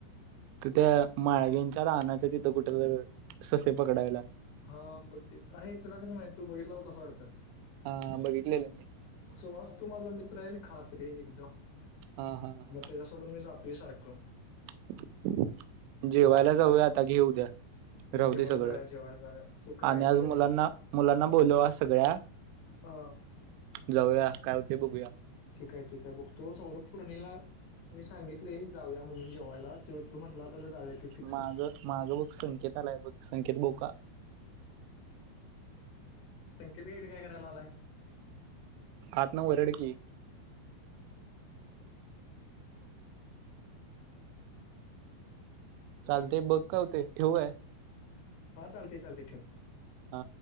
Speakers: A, on the right (about 80°); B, on the left (about 65°).
A: तर त्या माळवीच्या रानाच्या तिथं कुठ तर ससे पकडायला.
B: हा बघते अरे तुला कसं माहित तू बघितला होतास वाडतं.
A: हा बघितलेल मी
B: सुवास तो माझा मित्र आहे खास रे एकदम
A: हा हा हा
B: त्याच्यासोबत मी जातोय सारखं
A: <unintelligible> जेवायला
B: असं आहे
A: जाऊया आता घे उद्या
B: होय,
A: राहू
B: जेवायला
A: दे सगळं
B: जाऊया जेवायला जाऊया तो काय
A: आणि आज
B: बघ
A: मुलांना मुलांना बोलव आज सगळ्या
B: अ
A: जाऊया काय होते बघूया.
B: ठीक हाय ठीक हाय बघतो सौरभ कुर्णीला मी सांगितले जाऊया म्हणून जेवायला. त त्यो म्हंटला होता ना जाऊया की फिक्स
A: माग माग बघ संकेत आलाय बघ संकेत बघू का?
B: संकेत काय इकडं काय करायला आलाय.
A: आतना वरड की चालतेय बघ का होतय ठेवू काय
B: हा चालते चालते ठेव
A: हा